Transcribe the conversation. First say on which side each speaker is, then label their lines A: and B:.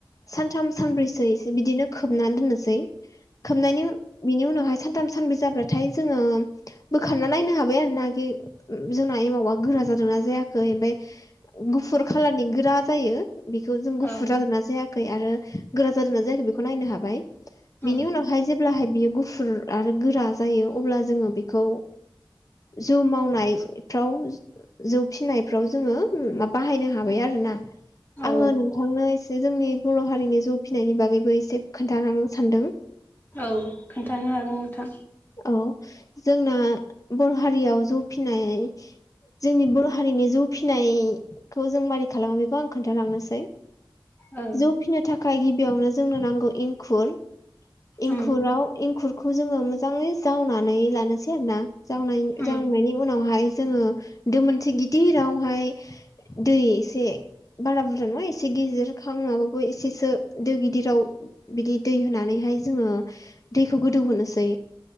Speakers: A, on the left; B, on the left.
A: सानथाम सानब्रैसो इसे बिदिनो खोबनान दोननोसै खोबनायनि बिनि उनावहाय सानथाम सानब्रैसो जाब्लाथाय जोङो बोखारना नायनो हाबाय आरोना गि जोंना एमावा गोरा जादोंना जाया याखै ओमफाय गुफुर खालारनि गोरा जायो बिखौ जों गुफुर
B: औ
A: जादोंना जायाखै आरो गोरा जादोंना जायाखै बेखौ नायनो हाबाय
B: उम
A: बिनि उनाव जेब्लाहाय बियो गुफुर आरो गोरा जायो अब्ला जोङो बेखौ जौ मावनायफ्राव जौ फिनायफ्राव जोङो मा बाहायनो हाबाय आरो ना
B: औ
A: आङो नोंथांनो इस जोंनि बर' हारिनि जौ फिनायनि बागैबो एसे खोन्थालांन सानदों
B: औ खोन्थानो हागोन नोंथां
A: औ जोंना बर' हारियाव जौ फिनाय जोंनि बर' हारिनि जौ फिनायखौ जों मारै खालामो बेखौ आं खोन्थालांनोसै
B: औ
A: जौ फिनो थाखाय गिबियावनो जोंनो नांगौ इंखुर एंखुराव
B: उम
A: एंखुरखौ जोङो मोजाङै जावनानै लानोसै आरो ना जावनाय
B: उम
A: जावनायनि उनावहाय जोङो दो मोनसे गिदिरावहाय दै एसे बारा बुरजा नङा एसे गिदिर खामनाबाबो एसे सो दो गिदिराव बिदि दै होनानैहाय जोङो दैखौ गोदौहोनोसै